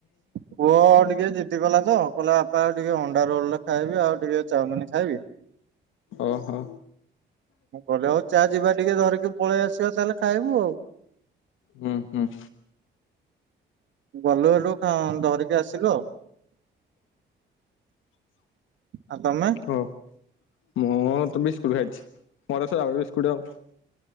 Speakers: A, on the right; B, on the left.
A: ପୁଅ ଟିକେ ଜିଦିକଲା ତ। କହିଲା ବାପା ଆଉ ଟିକେ ଅଣ୍ଡା ରୋଲଟେ ଖାଇବି ଆଉ ଟିକେ ଚାଉମିନ୍ ଖାଇବି।
B: ଓହୋ
A: ମୁଁ କହିଲି ଆଉ ଚା ଯିବା ଟିକେ ଧରିକି ପଳେଇ ଆସିବା ତାହେଲେ ଖାଇବୁ ଆଉ।
B: ହୁଁ ହୁଁ।
A: ଗଲୁ ହେଠୁ କଣ ଧରିକି ଆସିଲୁ ଆଉ। ଆଉ ତମେ
B: ହୋଉ। ମୁଁ ତ ବିସ୍କୁଟ ଖାଇଚି ମୋର ସଦାବେଳେ ବିସ୍କୁଟ ଆଉ।